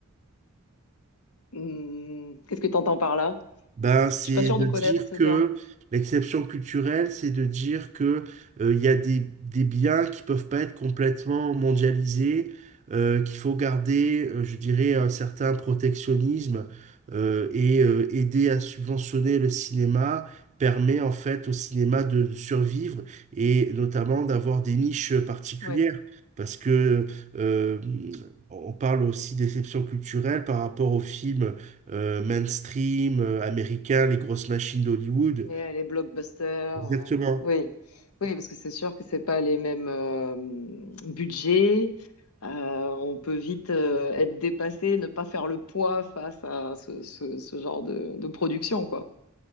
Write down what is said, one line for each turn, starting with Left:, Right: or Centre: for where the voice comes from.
Left: Hmm, qu'est-ce que tu entends par là?
Right: Ben, c'est
Left: Je suis pas sûre
Right: de
Left: de connaître
Right: dire
Left: ce
Right: que
Left: terme.
Right: l'exception culturelle, c'est de dire que euh, il y a des, des biens qui peuvent pas être complètement mondialisés, euh, qu'il faut garder, euh, je dirais, un certain protectionnisme euh, et euh, aider à subventionner le cinéma permet en fait au cinéma de, de survivre et notamment d'avoir des niches particulières.
Left: Ouais.
Right: Parce que euh, on parle aussi d'exception culturelle par rapport aux films euh, mainstream, euh, américain, les grosses machines d'Hollywood.
Left: Les, les blockbusters,
Right: Exactement.
Left: euh, oui. Oui, parce que c'est sûr que c'est pas les mêmes euh, budgets. Euh, on peut vite euh, être dépassé, ne pas faire le poids face à ce, ce- ce genre de, de production, quoi.